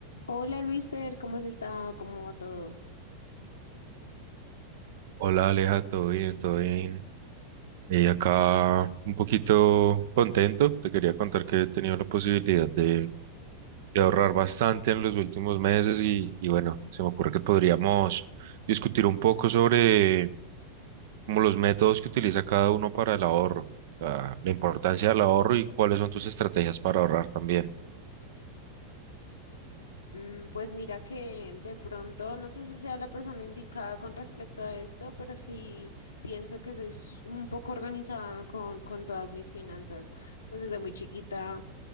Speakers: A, on the left (about 75°); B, on the right (about 55°).
A: Hola Luisfer, ¿cómo has estado? ¿Cómo va todo?
B: Hola Aleja, todo bien, todo bien. Y acá un poquito contento. Te quería contar que he tenido la posibilidad de, de ahorrar bastante en los últimos meses y, y bueno, se me ocurre que podríamos discutir un poco sobre como los métodos que utiliza cada uno para el ahorro, o sea, la importancia del ahorro y cuáles son tus estrategias para ahorrar también.
A: Mm, pues mira que de pronto, no sé si sea la persona indicada con respecto a esto, pero sí pienso que soy s- un poco organizada con, con todas mis finanzas. Pues desde muy chiquita